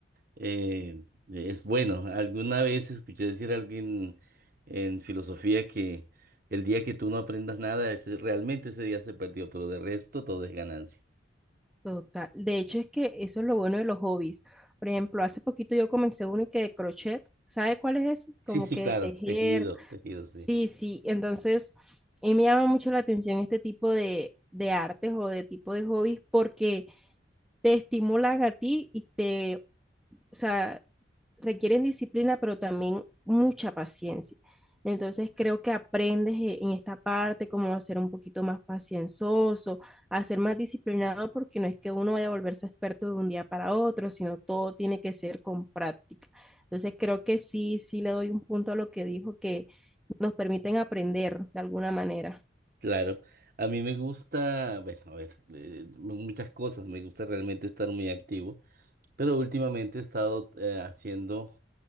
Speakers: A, on the right (about 45°); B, in the centre.
A: eh, es bueno. Alguna vez escuché decir a alguien en filosofía que el día que tú no aprendas nada, ese- realmente ese día se perdió, pero de resto todo es ganancia.
B: Total. De hecho, es que eso es lo bueno de los hobbies. Por ejemplo, hace poquito yo comencé uno y que de crochet. ¿Sabe cuál es ese? Como
A: Sí, sí,
B: que
A: claro,
B: tejer.
A: tejido, tejido, sí.
B: Sí, sí. Entonces, y me llama mucho la atención este tipo de, de artes o de tipo de hobbies porque te estimulan a ti y te o sea, requieren disciplina, pero también mucha paciencia. Entonces creo que aprendes e- en esta parte cómo ser un poquito más pacienzoso, a ser más disciplinado, porque no es que uno vaya a volverse experto de un día para otro, sino todo tiene que ser con práctica. Entonces creo que sí, sí le doy un punto a lo que dijo, que nos permiten aprender de alguna manera.
A: Claro, a mí me gusta, bueno, a ver, eh, muchas cosas, me gusta realmente estar muy activo, pero últimamente he estado eh, haciendo